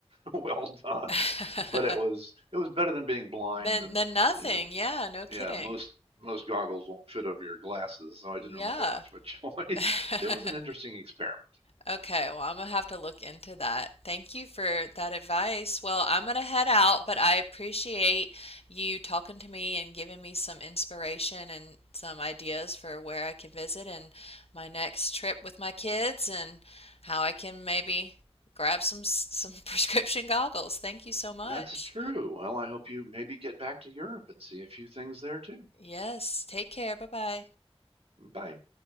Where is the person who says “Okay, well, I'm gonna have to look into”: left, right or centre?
Left